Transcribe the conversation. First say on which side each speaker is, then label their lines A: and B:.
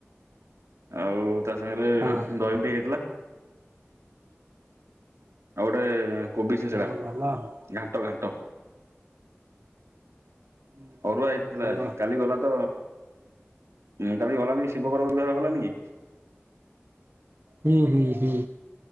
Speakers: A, on the right (about 90°); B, on the right (about 55°).
A: ଆଉ ତା ସାଙ୍ଗରେ
B: ହଁ
A: ଦହି ଟିକେ ହେଇଥିଲା। ଆଉ ଗୋଟେ କୋବି ଛିଞ୍ଚିଡା।
B: ଯା ହଉ ଭଲ ଆଉ।
A: ଘାଣ୍ଟ, ଘାଣ୍ଟ।
B: ଯାହା
A: ଅରୁଆ ହେଇଥିଲା
B: ହଉ ଭଲ
A: ଆଜି କାଲି ଗଲା ତ କାଲି ଗଲାନି ଶିବ ପାର୍ବତି ବିବାହ ଗଲାନି କି?
B: ହୁଁ, ହୁଁ, ହୁଁ।